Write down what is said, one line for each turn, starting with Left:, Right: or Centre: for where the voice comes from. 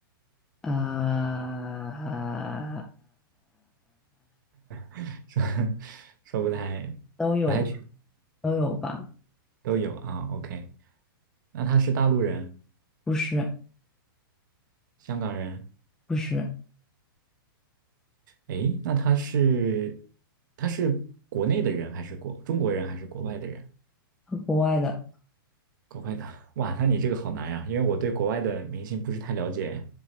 Centre: 啊，
Right: <laughs> 说说不太
Centre: 都有
Right: 不太确定，
Centre: 都有吧？
Right: 都有啊，OK。那他是大陆人、
Centre: 不是
Right: 香港人，
Centre: 不是，
Right: 诶，那他是他是国内的人还是国中国人还是国外的人？
Centre: 国外的
Right: 国外的，<laughs> 哇，那你这个好难呀，因为我对国外的明星不是太了解，